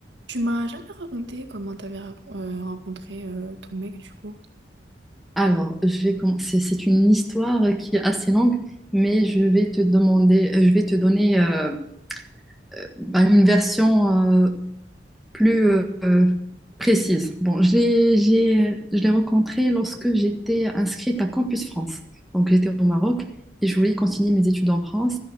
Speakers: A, on the right; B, in the centre.
A: Tu m'as jamais raconté comment t'avais racon- euh, rencontré euh, ton mec du coup.
B: Alors, je vais commencer. C'est une histoire qui est assez longue, mais je vais te demander, euh, je vais te donner euh, euh, bah, une version euh, plus euh, précise. Bon, j'ai, j'ai, je l'ai rencontré lorsque j'étais inscrite à Campus France. Donc, j'étais au Maroc et je voulais continuer mes études en France,